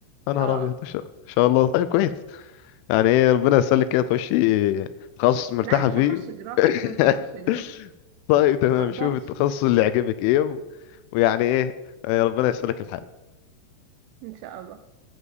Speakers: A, on the left; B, on the right.
A: يا نهار
B: اه
A: أبيض إن شاء إن شاء الله طيب كويس يعني ايه ربنا يسلك كده تخشي تخصص مرتاحة
B: لا انا مش
A: فيه
B: هخش جراحه
A: <laughs>
B: انا مش هخش جراحه
A: طيب تمام
B: ما اقدرش
A: شوف التخصص اللي يعجبك ايه و... ويعني ايه آه، ربنا يسلك الحال
B: ان شاء الله